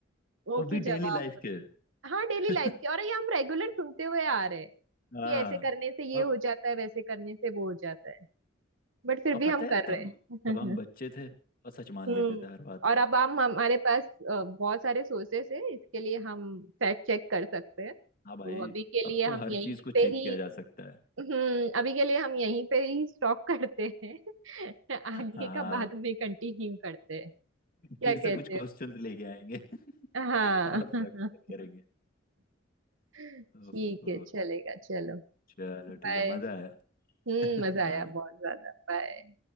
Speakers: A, on the right; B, on the left.
A: वो
B: वो
A: के
B: भी डेली
A: जवाब
B: लाइफ
A: मतलब
B: के
A: हाँ
B: <laughs>
A: डेली लाइफ के और ये हम रेगुलर सुनते हुए आ रहे हैं
B: हाँ
A: कि ऐसे करने से ये
B: और
A: हो जाता है वैसे करने से वो हो जाता है बट फिर
B: और
A: भी
B: पता
A: हम
B: है
A: कर
B: तब
A: रहे
B: तब
A: हैं
B: हम बच्चे
A: <laughs>
B: थे और सच मान
A: हम्म
B: लेते थे हर बात
A: और
B: को
A: अब हम हमारे पास अ, बहुत सारे सोर्सेस है इसके लिए हम फैक्ट चेक कर सकते हैं तो
B: हाँ भाई
A: अभी के
B: अब
A: लिए
B: तो
A: हम
B: हर
A: यहीं
B: चीज को
A: पे
B: चेक
A: ही
B: किया जा सकता है
A: हम्म अभी के लिए हम यहीं पे ही स्टॉप करते हैं <laughs> आगे
B: हाँ
A: का बाद में कंटिन्यू करते हैं क्या
B: फिर से
A: कहते
B: कुछ क्वेश्चंस लेके आएंगे <laughs>
A: हो हाँ
B: और फैक्ट चेक करेंगे
A: <laughs>
B: उफ,
A: ठीक है चलेगा चलो
B: चलो
A: बाय
B: ठीक है मजा आया
A: हम्म
B: बाय
A: मजा आया बहुत ज्यादा बाय